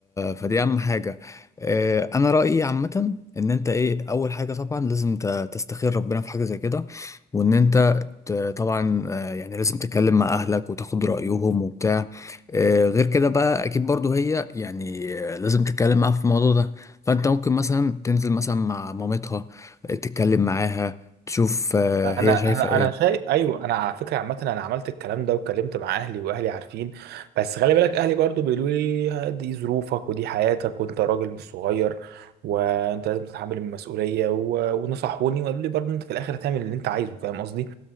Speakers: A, on the left (about 20°); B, on the right (about 75°).
A: فدي اهم حاجة آه، انا رأيي عامة ان انت ايه اول حاجة طبعا لازم ت- تستخير ربنا في حاجة زي كده وان انت آه، طبعا آه، يعني لازم تتكلم مع اهلك وتاخد رايهم وبتاع آه، غير كده بقى اكيد برضو هي يعني آه، لازم تتكلم معاها في الموضوع ده فانت ممكن مثلا تنزل مثلا مع مامتها آه، تتكلم معاها تشوف آه،
B: انا
A: هي شايفه
B: انا
A: ايه
B: انا شايف ايوه انا على فكره عامه انا عملت الكلام ده واتكلمت مع اهلي واهلي عارفين بس خلي بالك اهلي برضو بيقولوا لي دي ظروفك ودي حياتك وانت راجل مش صغير وانت لازم تتحمل المسؤوليه و... ونصحوني وقالوا لي برضو انت في الاخر هتعمل اللي انت عايزه فاهم قصدي